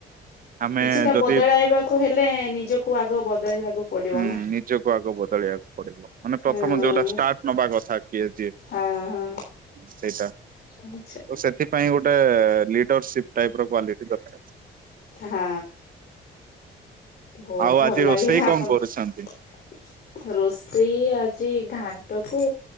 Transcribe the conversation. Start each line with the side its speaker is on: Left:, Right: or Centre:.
Right: ଆମେ
Left: କିଛିଟା
Right: ଯଦି
Left: ବଦଳାଇବାକୁ ହେଲେ ନିଜକୁ ଆଗ ବଦଳେଇବାକୁ ପଡିବ।
Right: ହଁ
Left: ନା
Right: ନିଜକୁ ଆଗ ବ ଚଳିବାକୁ ପଡିବ। ମାନେ ପ୍ରଥମ
Left: ହଁ
Right: ଯୋଉଟା ଷ୍ଟାର୍ଟ ନବା କଥା କିଏ ଯିଏ
Left: ହଁ ହଁ
Right: ସେଇଟା।
Left: ଆଚ୍ଛା
Right: ତ ସେଥିପାଇଁ ଗୋଟେ ଲିଡରସିପ ଟାଇପ ର କ୍ଵାଲିଟି ଦରକାର।
Left: ହଁ, ବହୁତ
Right: ଆଉ ଆଜି
Left: ଭଲ
Right: ରୋଷେଇ
Left: ଲାଗିଲା
Right: କଣ
Left: ଆପଣଙ୍କ
Right: କରୁଛନ୍ତି?
Left: ରୋଷେଇ ଆଜି ଘାଣ୍ଟ କୁ